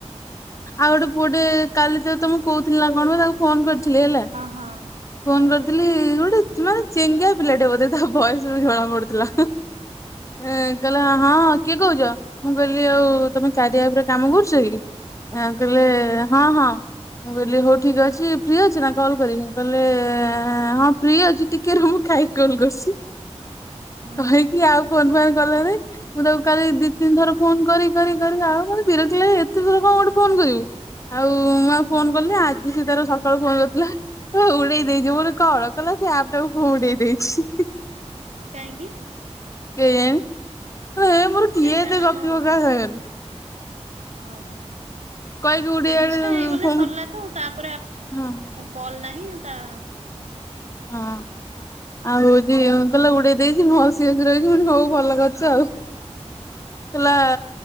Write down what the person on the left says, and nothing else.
ଆଉ ଗୋଟେ ପୁଅଟେ କାଲି ତ ତମେ କହୁଥିଲି ନା କଣ ତାକୁ ଫୋନ କରିଥି ଥିଲେ ଲ
ଫୋନ
କରିଥିଲି ଗୋଟେ ଚୁ ମାନେ ଚିଙ୍ଗିଆ ପିଲା ଟେ ବୋଧେ ତା ଭଏସ ରୁ ଜଣା ପଡୁଥିଲା ଏ କହିଲା ହଁ କିଏ କହୁଛ ମୁଁ କହିଲି ଆଉ ତମେ କାରିଆ ଉପରେ କାମ କରୁଛ କି ଆ କହିଲେ ହଁ ହଁ ମୁଁ କହିଲି ହଉ ଠିକ ଅଛି ଫ୍ରି ଅଛି ନା କଲ କରିବି ମୁଁ କହିଲେ ହଁ ଫ୍ରି ଅଛିି ଟି ଟିକେ ମୁଁ ଖାଇକି କଲ କରୁଛି
କହିକି ଆଉ। ଫୋନ ଫାନ୍ କଲେଣି ମୁଁ ତାକୁ କାଲି ଦି ତିନିଥର ଫୋନ କରି କରି କରି ଆଉ ମୋତେ ବିରକ୍ତ ଲାଗିଲା ଏତେ ଜୋରେ। ଆଉ ମୁଁ ଆଉ
ଫୋନ କଲି
ଆଜି ସେ ତାର ସ କାଳୁ ଫୋନ୍ କରିଥିଲା ତ ଉଡେଇ ଦେଇଯିବୁ ବୋଲି କଣ କଲା ସେ ଆପ ଟାକୁ ମୁଁ ଉଡେଇ ଦେଇଛି
କେଜାଣି ଏ ମୋର କିଏ
ଏତେ ଗପିବ
କାହା ସାଙ୍ଗରେ
କହିକି ଉଡେଇ
ଆଡେ
ଫୋନ୍
ହଁ
ହଁ ଆଉ ହଉଛି କହିଲା ଉଡେଇ ଦେଇଛି ମୁଁ ହସି ହସି ରହିଛି ହୋଉ ଭଲ କରିଛ ଆଉ କୋ ଲା